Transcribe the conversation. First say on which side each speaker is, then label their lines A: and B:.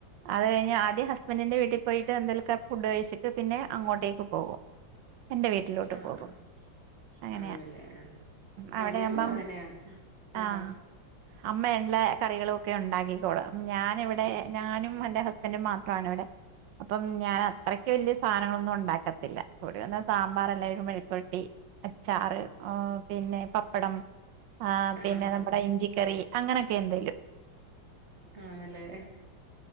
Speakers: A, on the right (about 70°); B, on the right (about 35°).
A: അത് കഴിഞ് ആദ്യം ഹസ്ബൻഡിന്റെ വീട്ടിപോയിട്ട് എന്തേലോക്കെ ഫുഡ് കഴിച്ചിട്ട് പിന്നെ അങ്ങോട്ടേക്ക് പോകും എന്റെ വീട്ടിലോട്ട്
B: ആഹ്
A: പോകും
B: ആഹ്
A: അങ്ങനെയാ
B: ആന്നല്ലേ ആ
A: അവിടെ
B: ആ ഞങ്ങും
A: ആകുമ്പം
B: അങ്ങനെയാ ആ
A: ആഹ് അമ്മ ഉുള്ള കറികളും ഒക്കെ ഉണ്ടാക്കിക്കോളും ഞാനിവിടെ ഞാനും എന്റെ ഹസ്ബൻറും മാത്രാണ് വിടെ അപ്പം ഞാൻ അത്രയ്ക്ക് വലിയ സാനങ്ങളൊന്നും ഉണ്ടാക്കത്തില്ല കൂടിവെന്നാ സാമ്പാർ <unintelligible> മെഴുക്കൊട്ടി അച്ചാറ് പിന്നെ പപ്പടം ആ പിന്നെ
B: ആഹ്
A: നമ്മുടെ ഇഞ്ചിക്കറി അങ്ങനൊക്കെ എന്തേലും
B: ആണല്ലേ